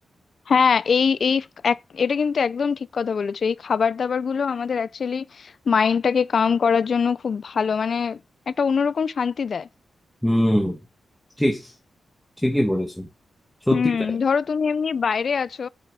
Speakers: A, on the left (about 55°); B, in the centre.
A: হ্যাঁ এই এই এক- এটা কিন্তু একদম ঠিক কথা বলেছো এই খাবার দাবার গুলো আমাদের অ্যাকচুয়ালি মাইন্ডটাকে কাম করার জন্য খুব ভালো মানে একটা অন্যরকম শান্তি দেয়
B: হুম ঠিক ঠিকই বলেছো সত্যি
A: হুম
B: তাই
A: ধরো তুমি এমনি বাইরে আছো